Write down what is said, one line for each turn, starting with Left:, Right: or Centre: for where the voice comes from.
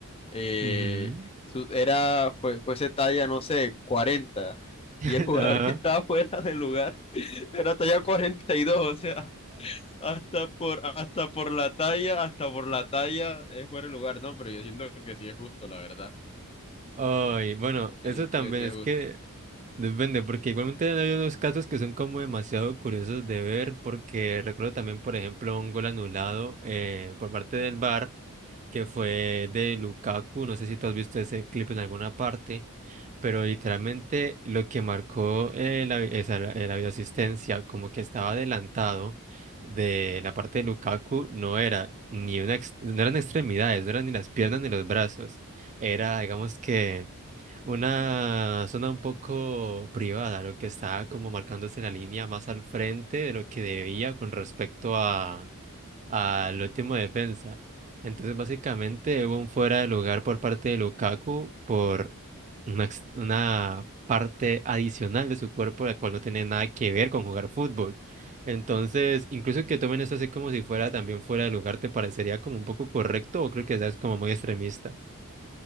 Left: eh,
Right: Ujú.
Left: su- era, fue, fuese talla, no sé, cuarenta
Right: <laughs>
Left: Y el <laughs> jugador
Right: Ajá.
Left: que estaba fuera del lugar <laughs> era talla cuarenta y dos o sea, hasta por, hasta por la talla, hasta por la talla es fuera el lugar, ¿no? Pero yo siento que sí es justo, la verdad.
Right: Ay, bueno, eso
Left: Yo siento
Right: también
Left: que sí es
Right: es
Left: justo.
Right: que. Depende, porque igualmente hay unos casos que son como demasiado curiosos de ver, porque recuerdo también, por ejemplo, un gol anulado eh, por parte del VAR, que fue de Lukaku, no sé si tú has visto ese clip en alguna parte, pero literalmente lo que marcó eh, la, esa, la, eh, la videoasistencia, como que estaba adelantado de la parte de Lukaku, no era ni una, ex- no eran extremidades, no eran ni las piernas ni los brazos, era, digamos que... Una zona un poco privada, lo que estaba como marcándose la línea más al frente de lo que debía con respecto a al último defensa. Entonces, básicamente hubo un fuera de lugar por parte de Lukaku por una, ex- una parte adicional de su cuerpo, la cual no tiene nada que ver con jugar fútbol. Entonces, incluso que tomen esto así como si fuera también fuera de lugar, ¿te parecería como un poco correcto o creo que ya es como muy extremista?